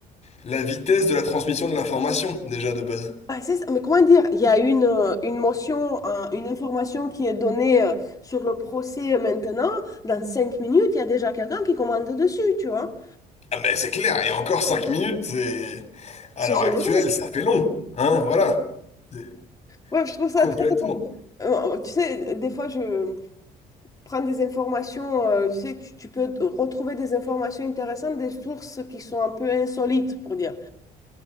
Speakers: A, on the left (about 40°); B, on the left (about 20°).
A: la vitesse de la transmission de l'information, déjà, de base.
B: Ah, c'est ça. Mais comment dire, il y a une, euh, une motion, un- une information qui est donnée euh, sur le procès euh, maintenant. Dans cinq minutes, il y a déjà quelqu'un qui commente dessus, tu vois.
A: Ah ben c'est clair, et encore 5 minutes, c'est... à
B: C'est
A: l'heure
B: généreux.
A: actuelle, ça fait long. Hein, voilà. C'est
B: Ouais, je trouve ça
A: Complètement.
B: très... euh, euh, tu sais, des fois, je prends des informations, euh, tu sais, tu, tu peux retrouver des informations intéressantes, des sources qui sont un peu insolites, pour dire.